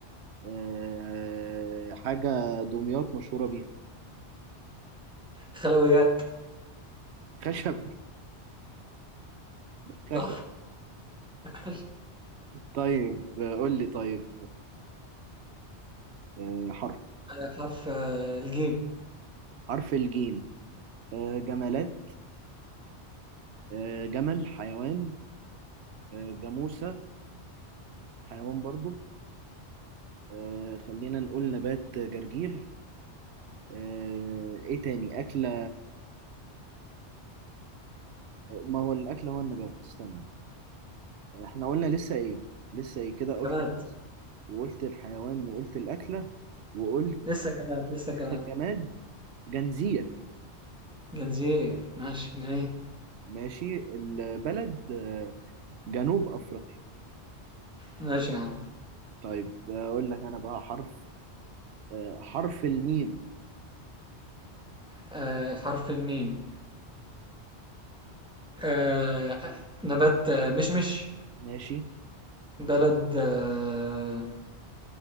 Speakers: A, on the right; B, in the centre.
A: آه، حاجة دمياط مشهورة بيها
B: خلويات
A: خشب <laughs> خشب
B: صح ماشي.
A: طيب آه، قول لي طيب آه، حرف
B: آه، حرف آه، الجيم
A: حرف الجيم آه، جمالات آه، جمل حيوان آه، جاموسة حيوان برضو آه، خلينا نقول نبات جرجير آه، ايه تاني أكلة ما هو الأكل هو النبات استنى احنا قلنا لسه ايه لسه ايه كده قلت
B: جماد
A: وقلت الحيوان وقلت الأكلة وقلت
B: لسه جماد لسه جماد
A: الجماد جنزير
B: جنزير ماشي جميل
A: ماشي البلد آه، جنوب أفريقيا
B: ماشي يا عم
A: طيب أقول لك أنا بقى حرف آه، حرف الميم
B: آه حرف الميم آه آه، نبات آه، مشمش
A: ماشي
B: بلد آه